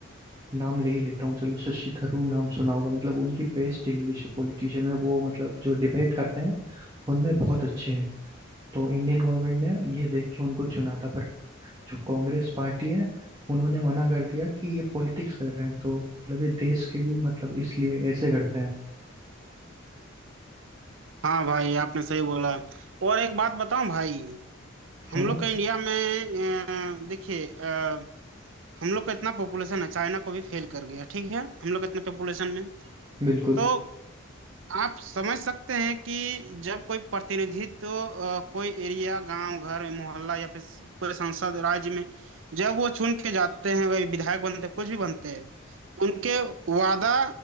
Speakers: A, on the right; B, on the right.
A: नाम ले ही लेता हूँ चलो शशि थरूर नाम सुना होगा मतलब उनकी बेस्ट इंग्लिश है पॉलिटिशियन में वो मतलब जो डिबेट करते हैं उनमें बहुत अच्छे हैं तो इंडियन गवर्नमेंट ने ये देख के उनको चुना था पर जो कांग्रेस पार्टी है उन्होंने मना कर दिया कि ये पॉलिटिक्स कर रहे हैं तो मतलब ये देश के भी मतलब इसलिए ऐसे करते हैं
B: हाँ भाई आपने सही बोला और एक बात बताऊं भाई हम
A: हाँ
B: लोग का इंडिया में अ, देखिए अ, हम लोग का इतना पॉपुलेशन है चाइना को भी फेल कर गया ठीक है हम लोग इतने पॉपुलेशन में
A: बिल्कुल
B: तो आप समझ सकते हैं कि जब कोई प्रतिनिधित्व अ, कोई एरिया गांव घर मोहल्ला या फिर कोई सांसद राज्य में जब वो चुन के जाते हैं वही विधायक बनते हैं कुछ भी बनते हैं तो उनके वादा